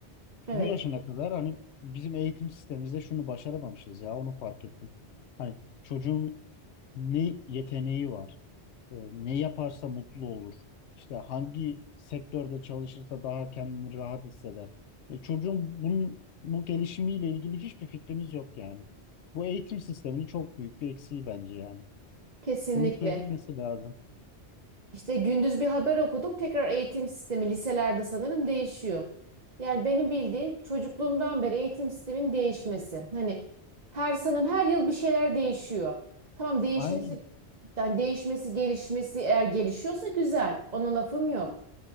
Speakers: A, on the right; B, on the left.
A: Evet.
B: bu yaşına kadar hani bizim eğitim sistemimizde şunu başaramamışız ya onu fark ettim. Hani çocuğun ne yeteneği var, e, ne yaparsa mutlu olur, işte hangi sektörde çalışırsa daha kendini rahat hisseder. E, çocuğun bunun, bu gelişimiyle ilgili hiçbir fikrimiz yok yani. Bu eğitim sisteminin çok büyük bir eksiği bence yani.
A: Kesinlikle.
B: Bunun çözülmesi lazım.
A: İşte gündüz bir haber okuduk. Tekrar eğitim sistemi liselerde sanırım değişiyor. Yani benim bildiğim çocukluğumdan beri eğitim sisteminin değişmesi. Hani her sanırım her yıl bir şeyler değişiyor. Tamam değişmesi
B: Aynen.
A: yani değişmesi gelişmesi eğer gelişiyorsa güzel. Ona lafım yok.